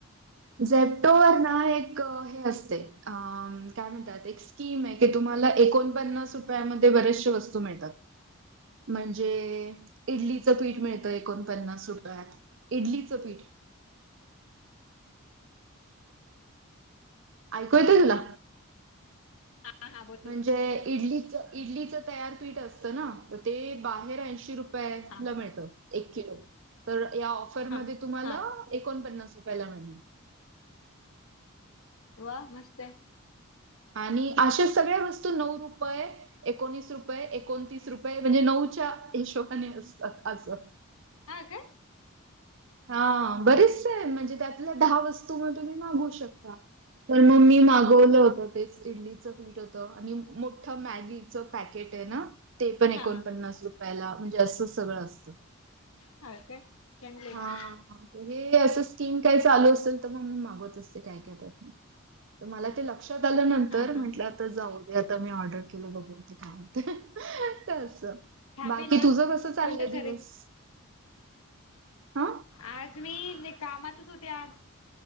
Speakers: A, on the right; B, on the left.
A: झेमटोवर ना एक हे असतंय अ काय म्हणतात एक स्कीम आहे, की तुम्हाला एकोणपन्नास रुपयामध्ये बरेचशें वस्तू मिळतात. म्हणजे इडलीचं पीठ मिळतं एकोणपन्नास रुपयात, इडलीचं पीठ. ऐकू येतंय तूला?
B: हा हा बोल
A: म्हणजे इडलीच इडलीचं तयार पीठ असत ना तर ते बाहेर ऐंशी रुपयाला
B: हा.
A: मिळतं एक किलो. तर या ऑफरमध्ये
B: हा
A: तुम्हाला
B: हा
A: एकोणपन्नास रुपयाला मिळणार.
B: वा मस्त हाय.
A: आणि अशा सगळ्या वस्तू नऊ रुपये एकोणीस रुपये, एकोणतीस रुपये म्हणजे नऊच्या हिशोबाने असतात असं.
B: हा काय?
A: हा बरेचस आहे म्हणजे त्यातल्या दहा वस्तू मग तुम्ही मागवू शकता. तर मग मी मागवलं होत तेच इडलीच पीठ. <unintelligible> होत आणि मोठ मॅगीच पॅकेट आहे ना ते पण एकोणपन्नास
B: हा हा
A: रुपयाला म्हणजे असं सगळं असतं.
B: हा काय? चांगल आहे.
A: हा हा. हे असं स्कीम काय चालू असेल, तर मग मी मागवत असते काय काय तर. मला ते लक्षात आल्यानंतर
B: हा
A: म्हंटलं आत तर जाऊ दे आता मी ऑर्डर केले बघु ते काय होतंय ते असं.
B: थांबेल
A: बाकी
B: ना
A: तुझं कसं चाललंय
B: फोन तर
A: दिवस?
B: करेल
A: आ?
B: आज मी लय कामातच होते. आज